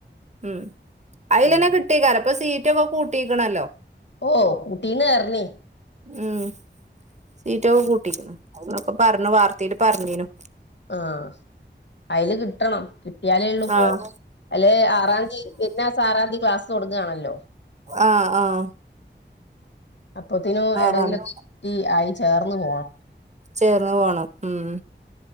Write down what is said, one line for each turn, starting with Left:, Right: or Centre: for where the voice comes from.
Right: ഉം അയ്ലന്നെ
Left: ഉം
Right: കിട് - ട്ടേക്കാരം. പ്പ സീറ്റൊക്കെ കൂട്ടീക്ക്ണല്ലോ
Left: ഓഹ് കൂട്ടീണ് അർഞ്ഞി
Right: ഉം സീറ്റൊക്കെ കൂട്ടി, അഹ് പ്പൊ പർഞു വാർത്തേല് പർഞ്ഞീനു
Left: ആഹ് അയ്ല് കിട്ടണം കിട്ടിയാലേ ഉള്ളൂപ്പോ
Right: ആഹ്
Left: അല്ലെ ആറാം തീ വെര്നാസാറാം തി ക്ലാസ് തൊട്ങ്ങാണല്ലോ
Right: ആഹ് ആഹ്
Left: അപ്പത്തിനും
Right: ആറാംതി
Left: എവിടെങ്കിലുമൊക്കെ കിട്ടി ആയി ചേർന്ന് പോണം
Right: ചേർന്ന പോണം ഉം